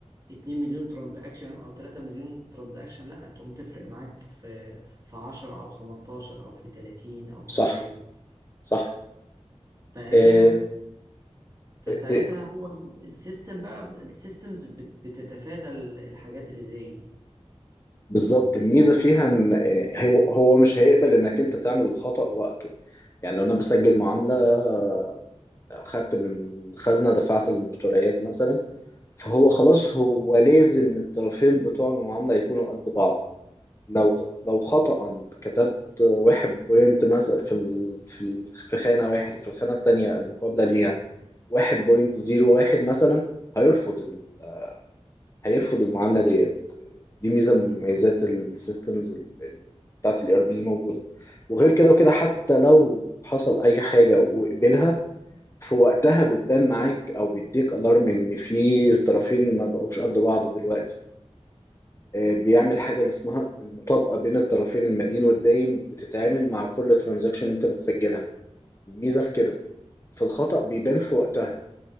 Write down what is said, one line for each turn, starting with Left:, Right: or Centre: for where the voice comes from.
Right: 2 مليون ترانزاكشن او 3 مليون ترانزاكشن لا تقوم تفرق معاك في في 10 او 15 او في 30 او في
Left: صح
Right: 40
Left: صح
Right: فهي
Left: آه،
Right: فساعتها
Left: آه، آه،
Right: هو السيستم بقى السيستمز بتتفادى ال- الحاجات اللي زي دي
Left: بالظبط الميزه فيها ان آه، هو هو مش هيقبل انك انت تعمل الخطأ وقته يعني لو انا بسجل معامله آه، اخدت من خزنه دفعت للمشتريات مثلا فهو خلاص هو لازم الطرفين بتوع المعامله يكونوا قد بعض لو لو خطأ كتبت واحد بوينت مثلا في ال- في ال- في خانه واحد وفي الخانه التانيه المقابله ليها واحد بوينت زيرو واحد مثلا هيرفض ال- هيرفض المعامله دي دي ميزه من
Right: بالظبط
Left: مميزات السيستمز بتاعت الاي ار بي اللي موجوده وغير كده وكده حتى لو حصل اي حاجه وقبلها في وقتها بتبان معاك او بيديك الارم ان في طرفين ما بقوش قد بعض دلوقتي آه، بيعمل حاجه اللي اسمها المطابقه بين الطرفين المدين والداين بتتعامل مع كل ترانزاكشن انت بتسجلها الميزه في كده في الخطأ بيبان في وقتها